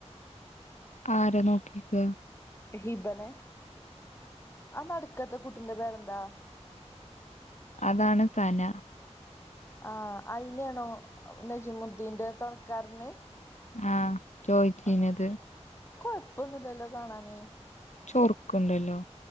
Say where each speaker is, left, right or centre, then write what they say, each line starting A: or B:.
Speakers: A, on the left; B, on the left.
A: ആരാ നോക്കിയിരിക്ക...
B: ഹിബനെ ആ നടക്കാത്ത കുട്ടിൻ്റെ പേരെന്താ........
A: അതാണ് സന
B: ആ അയിന്നാണോ നജീമുദ്ദീന്റെ തൊണക്കാരന്
A: ആ ചോയ്ച്ചിഞ്ഞത്
B: ആ കൊഴപ്പൊന്നുല്ലല്ലോ കാണാന്
A: ചൊറുക്കുണ്ടല്ലോ